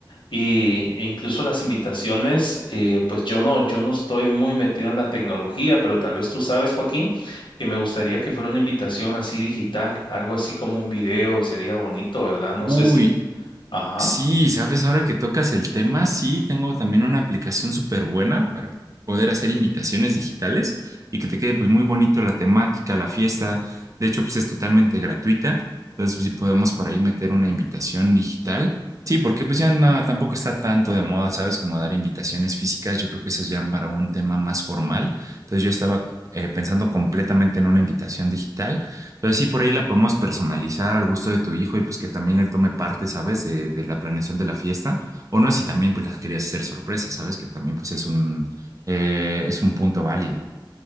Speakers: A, on the left; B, on the right.
A: Y e incluso las invitaciones, eh, pues yo no, yo no estoy muy metido en la tecnología, pero tal vez tú sabes, Joaquín que me gustaría que fuera una invitación así digital, algo así como un video, y sería bonito, ¿verdad? No
B: Uy,
A: sé si... Ajá.
B: Sí, sabes, ahora que tocas el tema, sí, tengo también una aplicación súper buena para poder hacer invitaciones digitales y que te quede pues muy bonito la temática, la fiesta. De hecho, pues es totalmente gratuita. Entonces, pues, sí podemos por ahí meter una invitación digital. Sí, porque pues ya no, tampoco está tanto de moda, ¿sabes? Como dar invitaciones físicas. Yo creo que eso es ya para un tema más formal. Entonces, yo estaba eh, pensando completamente en una invitación digital. Pero sí, por ahí la podemos personalizar al gusto de tu hijo y pues que también él tome parte, ¿sabes? De, de la planeación de la fiesta. O no, si también pues las querías hacer sorpresa, ¿sabes? Que también pues es un, eh, es un punto válido.